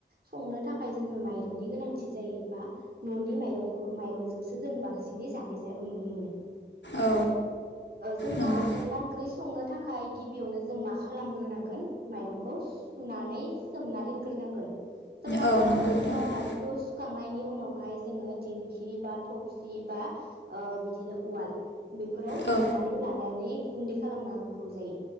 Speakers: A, on the right (about 55°); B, on the left (about 75°).
A: संनो थाखाय जोंनो माइरंनि गोनांथि जायोबा न'नि माइरंखौ माइरंजोंसो जों बांसिनै जानाय जायो। नुनो मोनो
B: औ
A: जोंना
B: नंगौ
A: अनला ओंख्रि संनो थाखाय। थाखाय गिबियावनो जों मा खालामग्रोनांगोन माइरंखौ। फुनानै सोमना दोनग्रोनांगोन। जोमना
B: औ
A: दोनखांनायनि
B: नंगौ नोंथां
A: उनाव माइरंखौ सुखांनायनि उनाव। बेवहाय जोङो दिंखि बा थफसि बा बिदिनो उवाल। बेफोराव
B: औ
A: देनानै लानानै। गुन्दै खालामनो होन।